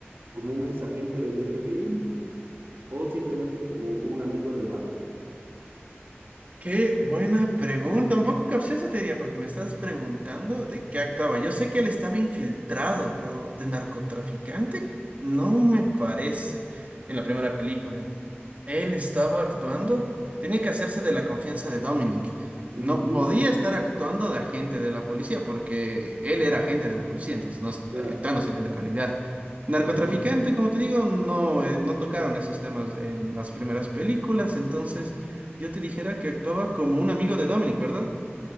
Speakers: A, on the right (about 60°); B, on the right (about 35°).
A: como un exagente del FBI o simplemente como un amigo del barrio.
B: Qué buena pregunta, un poco capciosa te diría, porque me estás preguntando de qué actuaba. Yo sé que él estaba infiltrado, pero de narcotraficante no me parece en la primera película. Él estaba actuando, tenía que hacerse de la confianza de Dominic.
A: Ujú,
B: No podía estar actuando de agente de la policía porque él era agente de la policía, entonces no estaría
A: claro.
B: actuando, sería la realidad. Narcotraficante,
A: ujú.
B: como te digo, no, eh, no tocaron esos temas en las primeras películas, entonces yo te dijera que actuaba como un amigo de Dominic, ¿verdad?